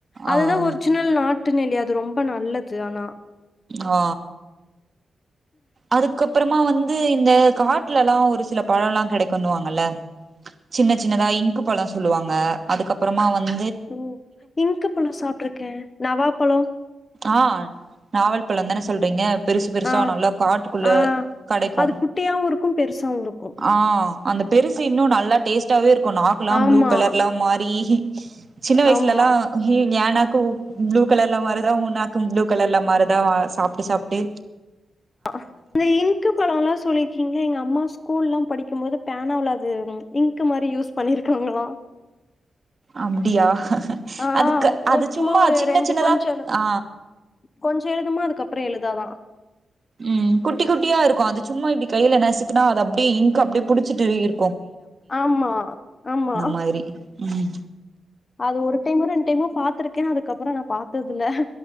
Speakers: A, on the left; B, on the right.
A: அதுதா
B: ஆ
A: ஒரிஜினல் நாட் ட்டுநெலி அது ரொம்ப நல்லது ஆனா
B: ஆ அதுக்கப்றம் அ வந்து இந்த காட்லலா ஒரு சில பழொல்லா கிடைக்குண்ணுவாங்கல சின்ன சின்னதா இங்க்கு பழொ சொல்லுவாங்க அதுக்கப்றமா வந்
A: உம் இங்க்கு பழொ சாப்ட்ருக்கே நவாப்பழோ
B: ஆ நாவல் பழம் தான சொல்றீங்க பெருசு பெருசா
A: ஆ
B: நல்லா காட்டுக்குள்ள
A: ஆ
B: கெடைக்கு
A: அது குட்டியாவு இருக்கும் பெருசாவு இருக்கும்
B: ஆ அந்த பெருசு இன்னு நல்லா டேஸ்ட்டாவே இருக் கு நாக்கலாம்
A: ஆமா
B: ப்ளூ கலர்ல மாறி சின்ன வயசுலல்லா
A: ஆமா
B: இ ஞானப் கோ ப்ளூ கலர்ல மாருதா உ நாக்கும் புளூ கலர்ல மாறு த வ சாப்ட்டு சாப்ட்டு
A: அந்த இன்கு பழம்ல்லாம் சொல்லிருக்கீங்களா எங்க அம்மா ஸ்கூல்லாம் படிக்கும்போது பேனாவ்ளது ம் இங்கு மாரி யூஸ் பண்ணிருக்காங்களா
B: அப்டியா
A: ஆஹ்
B: அதுக்கு அது
A: ஒரு சும்மா ஒரு
B: சின்ன
A: ரெண்டு
B: சின்னதா
A: கொஞ்சம் எழுதும் போது
B: ஆ
A: கொஞ்சம் எழுதமா அதுக்கப்புறம் எழுதாதான்
B: உம் குட்டி குட்டியா இருக்கு அது சும்மா இப்டி கைல நசுக்குனா அது அப்டியே இங்க்கு அப்டி புடிச்சிட்டு இரு
A: ஆமா ஆமா
B: மாதிரி ம்
A: அது ஒரு டைமோ ரெண்டு டைமோ பா்த்துருக்கே அதுக்கப்றொ நா பாத்ததில்ல